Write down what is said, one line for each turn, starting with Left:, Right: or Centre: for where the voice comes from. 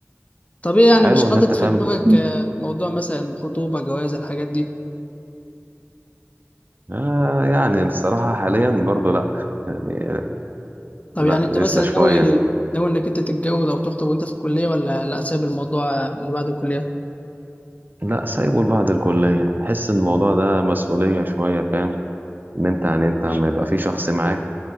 Left: طب ايه يعني
Right: حلو
Left: مش
Right: ان
Left: حاطط
Right: انت
Left: في
Right: فاهم
Left: دماغك آه، موضوع مثلا خطوبة جواز الحاجات دي
Right: آه يعني الصراحه حاليا برضو لا يعني
Left: طب
Right: لا
Left: يعني انت
Right: لسه
Left: مثلا
Right: شويه
Left: ناوي ناوي انك انت تتجوز او تخطب وانت في الكليه ولا لا سايب الموضوع اللي بعد الكليه
Right: لا سايبه لبعد الكليه حس ان الموضوع ده مسؤوليه شويه فاهم ان انت يعني انت لما يبقى في شخص معاك